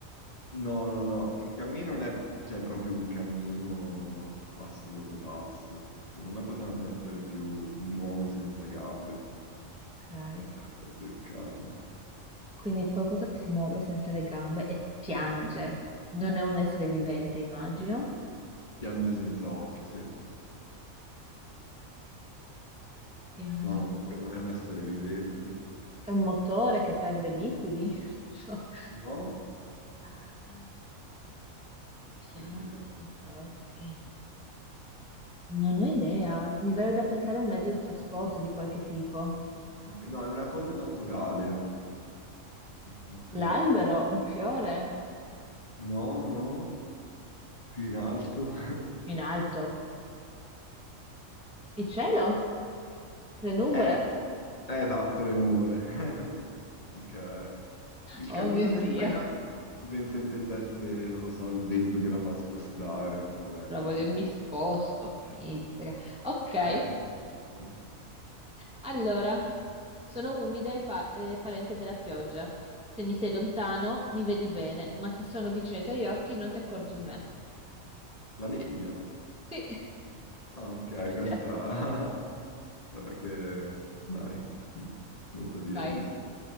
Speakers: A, on the left (about 30°); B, in the centre.
A: No, no, no, il cammino non è, cioè, proprio un cammino passo dopo passo. Secondo me potevano essere più mi muovo senza gambe.
B: Ok.
A: Sarebbe azzeccato.
B: Quindi qualcosa che si muove senza le gambe e piange. Non è un essere vivente, immagino.
A: Sì, Piange senza occhi, sì.
B: Piange.
A: No, no, comunque non è un essere vivente.
B: È un motore che perde liquidi. <laughs> Non so.
A: No?
B: Ah, piange
A: Che se-
B: senza occhi. Non ho idea. Mi verrebbe da pensare a un mezzo di trasporto di qualche tipo.
A: ok, No, è una cosa naturale. Non so se-
B: L'albero, un fiore
A: No, no, più in alto. <laughs>
B: in alto. Il cielo, le nuvole.
A: Eh, eh, esatto, le nuvole. <laughs> Ok. Il
B: Oh
A: cammino
B: mio
A: senza
B: Dio.
A: gambe, penso intendesse, non lo so, il vento che la fa spostare, poi vabbè,
B: Però
A: piango.
B: voglio- mi sposto. Mizzica. Ok.
A: Eh, sì, sì, sì.
B: Allora, sono umida e pa- eh, parente della pioggia. Se mi sei lontano, mi vedi bene, ma se sono vicino ai tuoi occhi, non ti accorgi di me.
A: La nebbia.
B: Sì, <laughs>
A: Ah, ok,
B: semplice.
A: questa... <laughs> Guarda che... Dai, nota via
B: Vai.
A: io.